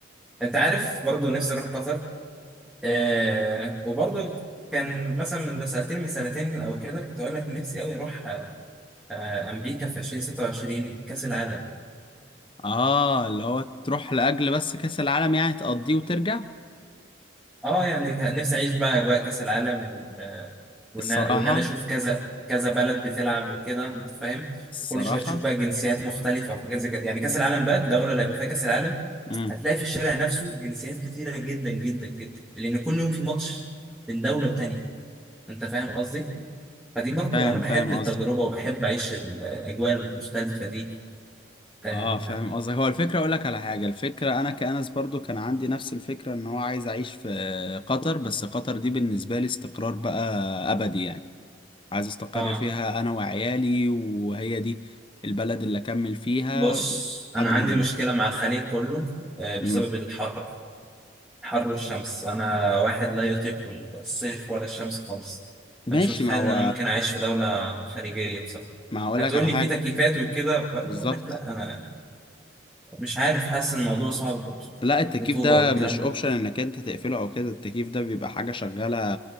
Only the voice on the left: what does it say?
اه اللي هو تروح لاجل بس كاس العالم يعني تقضيه وترجع
الصراحه
الصراحه
امم
فاهم
فاهم
قصدك
اه فاهم قصدك هو الفكره اقول لك على حاجه الفكره انا كأنس برضو كان عندي نفس الفكره ان هو عايز اعيش في قطر بس قطر دي بالنسبه لي استقرار بقى ابدي يعني عايز استقر
فيها انا وعيالي وهي دي البلد اللي اكمل فيها
لحد
ما اموت
امم
ماشي
ما هو
ما هقول
لك على
حاجه
بالظبط
لا التكييف
ده
مش اوبشن
انك انت تقفله او كده التكييف ده بيبقى حاجة شغالة